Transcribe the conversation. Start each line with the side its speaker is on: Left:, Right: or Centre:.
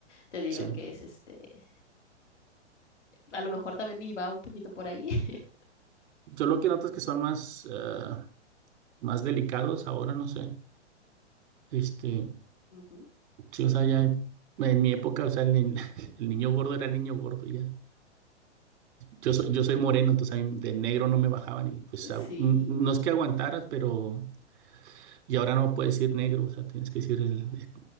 Left: te digo
Right: Sí.
Left: que es este, a lo mejor también iba un poquito por ahí. <laughs>
Right: Yo lo que noto es que son más, ah, más delicados ahora, no sé. Este,
Left: Ujú.
Right: sí, o sea, ya en mi época, o sea, el, ni- <laughs> el niño gordo era el niño gordo ya. Yo soy, yo soy moreno, entonces a mí de negro no me bajaban y pues agu-
Left: Sí,
Right: n- no es que aguantaras, pero y ahora no puedes decir negro, o sea, tienes que decir el, el